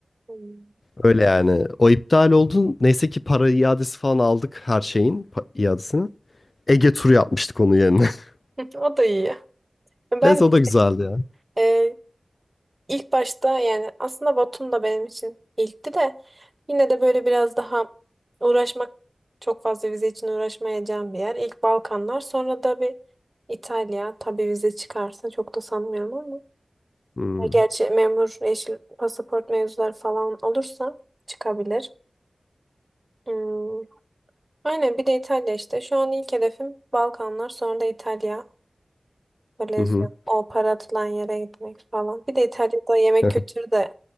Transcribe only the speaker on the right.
hı.
<laughs> O da iyi. Ben
de,
e, İlk başta yani aslında Batum da benim için ilkti de yine de böyle biraz daha uğraşmak çok fazla vize için uğraşmayacağım bir yer. İlk Balkanlar sonra da bir İtalya tabii vize çıkarsa çok da sanmıyorum ama
gerçi memur yeşil pasaport mevzuları falan olursa çıkabilir. Hmm. Aynen bir de İtalya işte. Şu an ilk hedefim Balkanlar sonra da İtalya. Böyle
o para atılan yere gitmek falan. Bir de İtalya'da yemek
kültürü de